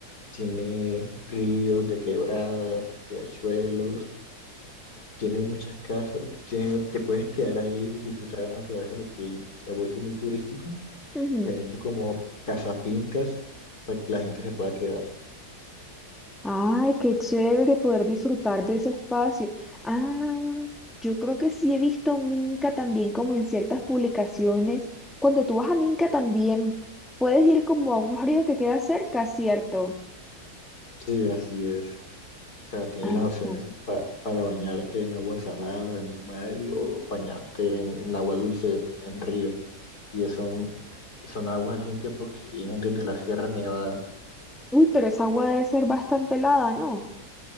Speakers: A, on the left; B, in the centre.
A: tiene ríos de quebradas, riachuelos, tiene muchas casas, tiene- te puedes quedar ahí y disfrutar de la naturaleza porque se ha vuelto muy turístico
B: Ujú,
A: y han
B: ujú.
A: hecho como casa fincas para que la gente se pueda quedar.
B: Ay, qué chévere poder disfrutar de ese espacio. Ah, yo creo que sí he visto Minca también como en ciertas publicaciones. Cuando tú vas a Minca también puedes ir como a un río que queda cerca, ¿cierto?
A: Sí, así es. O sea, tienes
B: Ajá.
A: las opciones pa- para bañarte en agua salada, en el mar, y- o bañarte en agua dulce, en río. Y es son, y son aguas limpias porque vienen desde la Sierra Nevada.
B: Uy, pero esa agua debe ser bastante helada, ¿no?